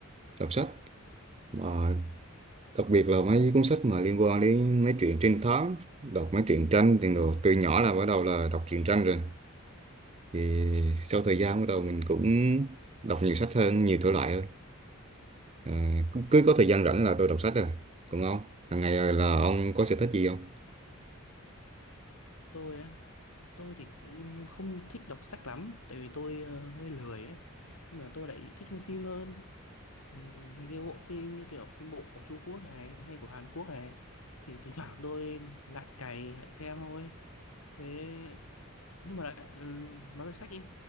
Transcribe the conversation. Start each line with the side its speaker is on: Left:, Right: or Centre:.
Right: đọc sách. Mà đặc biệt là mấy cuốn sách mà liên quan đến mấy truyện trinh thám, đọc mấy truyện tranh thì đồ. Từ nhỏ là bắt đầu là đọc truyện tranh rồi. Thì sau thời gian bắt đầu mình cũng đọc nhiều sách hơn, nhiều thể loại hơn. Ờ, cứ, cứ có thời gian rảnh là tôi đọc sách à. Còn ông, hàng ngày là ông có sở thích gì không?
Left: Tôi á, tôi thì cũng không thích đọc sách lắm, tại vì tôi ờ, hơi lười ấy. Nhưng mà tôi lại thích xem phim hơn. Ừ, mấy cái bộ phim như kiểu phim bộ của Trung Quốc này hay của Hàn Quốc này thì thỉnh thoảng tôi lại cày lại xem thôi. Thế nhưng mà lại ừ, nói về sách đi.